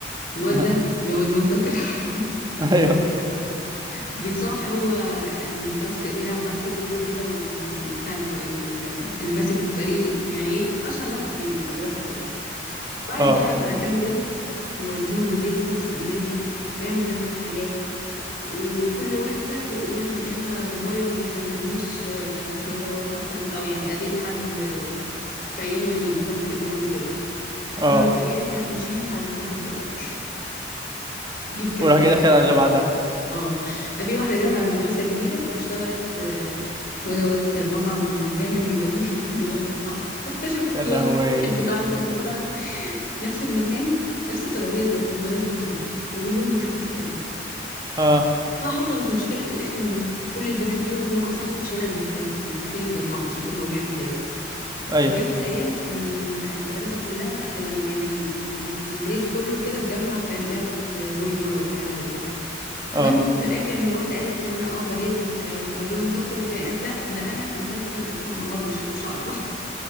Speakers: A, on the left; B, on the right.
A: الواد
B: <laughs>
A: ده اللي هو جون تاكر <laughs>
B: ايوه
A: بيصاح هو الباسكت بيلعب باسكت بول وكده وبتاع الف... ال- اللي ماسك الفريق يعني ايه اشهر واحد في المدرسه كلها واحد
B: اه
A: بيلعب على كام بنت ويوديهم ديتس نفس الاماكن ويعمل نفس الحاجات وكل واحده بيقول لها ان انا بابايا ما بيخلينيش آه، اسمه إيه دوت اخرج او يعني اديت حد آه، في ايام الباسكت بول وكده
B: اه
A: فما بقى يعني فاهم مش هينفع نتصاحب دلوقتي <laughs> دي الكذبه
B: وراح جاي
A: اللي
B: داخل
A: في الوقت.
B: على اللي بعدها
A: اه ففي واحده جت على المدرسه جديده واشتغلت آه، اسمه إيه دوت في مطعم اللي دايما بيودي <laughs> بيودي اصحابه فاكتشفت
B: يا
A: يوم
B: لهوي
A: في اللي بعده وفي اللي بعده نفس المكان نفس الترابيزه بنات مختلفه ويقول لهم نفس الكلام
B: اه
A: فحصلت مشكله في الاخر انه كل البنات دول هم اصلا في شلل مختلفه فمستحيل يتجمعوا عشان كده هو بيعمل كده
B: ايوه
A: ففي يوم من الايام الم- المدرسه كلها ال- يعني ال- ال- الجريد كله كده اتجمع في لعبه فولي بول ولا حاجه زي كده
B: اه
A: المهم في, في الاخر ان واحده قالت ان انا اه بديت مش آه آه، جون تاكر والتانيه قالت لا ده انا والتلاته بدأوا يتخانقوا مع بعض ويشدوا في شعر بعض